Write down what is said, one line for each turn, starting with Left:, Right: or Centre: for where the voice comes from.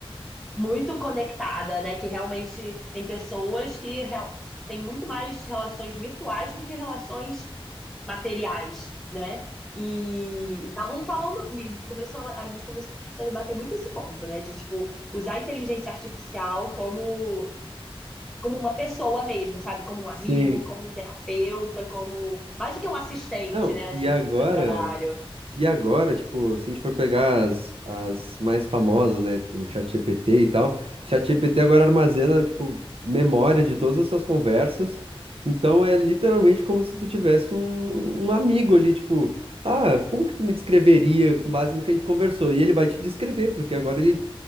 Centre: muito conectada, né? Que realmente tem pessoas que re- têm muito mais relações virtuais do que relações materiais, né? E estavam falando, e começou, a a gente começou a debater muito esse ponto, né? De tipo usar a inteligência artificial como como uma pessoa mesmo, sabe? Como um amigo,
Right: Sim.
Centre: como um terapeuta, como mais do que um assistente,
Right: Não,
Centre: né? Assim,
Right: e agora?
Centre: tipo, para trabalho.
Right: E agora, tipo, se a gente for pegar as, as mais famosas, né, do ChatGPT e tal, ChatGPT agora armazena, tipo, memória de todas as suas conversas. Então é literalmente como se tu tivesse um, um amigo ali, tipo, ah, como que tu me descreveria com base no que a gente conversou? E ele vai te descrever, porque agora ele,